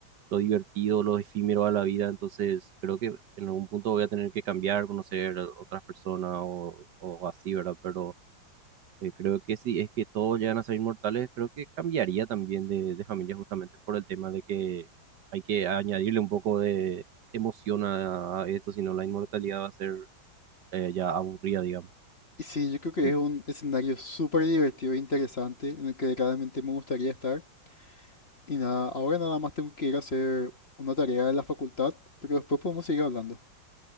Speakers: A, on the right; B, on the left.
A: lo divertido, lo efímero a la vida, entonces creo que en algún punto voy a tener que cambiar, conocer a otras personas o, o así, ¿verdad? Pero eh, creo que si es que todos llegan a ser inmortales, creo que cambiaría también de, de familia justamente por el tema de que hay que añadirle un poco de emoción a a esto, sino la inmortalidad va a ser eh, ya aburrida, digamos.
B: Y sí, yo creo que
A: En-
B: es un escenario súper divertido e interesante en el que claramente me gustaría estar. Y nada, ahora nada más tengo que ir a hacer una tarea de la facultad, pero después podemos seguir hablando.